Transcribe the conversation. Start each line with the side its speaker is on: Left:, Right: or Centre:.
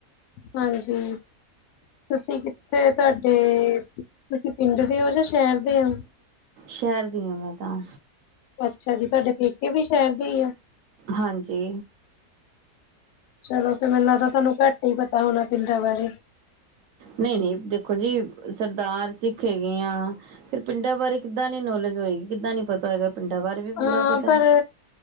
Left: ਹਾਂਜੀ ਤੁਸੀਂ ਕਿੱਥੇ ਤੁਹਾਡੇ ਤੁਸੀਂ ਪਿੰਡ ਦੇ ਹੋ ਜਾਂ ਸ਼ਹਿਰ ਦੇ ਹੋ।
Right: ਸ਼ਹਿਰ ਦੀ ਹਾਂ ਮੈਂ ਤਾਂ
Left: ਅੱਛਾ ਜੀ ਤੁਹਾਡੇ ਪੇਕੇ ਵੀ ਸ਼ਹਿਰ ਦੇ ਹੀ ਆ।
Right: ਹਾਂਜੀ
Left: ਚਲੋ ਫ ਮੈਨੂੰ ਲੱਗਦਾ ਤੁਹਾਨੂੰ ਘੱਟ ਹੀ ਪਤਾ ਹੋਣਾ ਪਿੰਡਾਂ ਬਾਰੇ
Right: ਨਹੀਂ-ਨਹੀਂ ਦੇਖੋ ਜੀ ਸਰਦਾਰ ਸਿੱਖ ਹੈਗੇ ਆ ਫਿਰ ਪਿੰਡਾਂ ਬਾਰੇ ਕਿੱਦਾਂ ਨੀ ਨੌਲੇਜ ਹੋਏਗੀ ਕਿੱਦਾਂ ਨੀ ਪਤਾ ਹੋਏਗਾ ਪਿੰਡਾਂ ਬਾਰੇ ਵੀ ਪੂਰਾ
Left: ਹਾਂ
Right: ਪਤਾ
Left: ਪਰ
Right: ਹੈ।